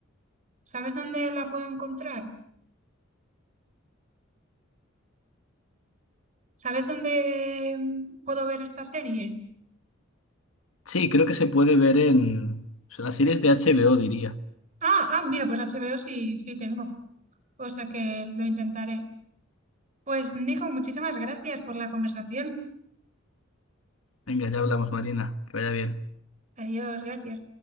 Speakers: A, on the right; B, on the left.
A: ¿Sabes dónde la puedo encontrar? ¿Sabes dónde mm, puedo ver esta serie?
B: Sí, creo que se puede ver en, o sea, las series de HBO, diría.
A: Ah, ah, mira, pues HBO sí, sí tengo. O sea que lo intentaré. Pues Nico, muchísimas gracias por la conversación.
B: Venga, ya hablamos, Marina. Que vaya bien.
A: Adiós, gracias.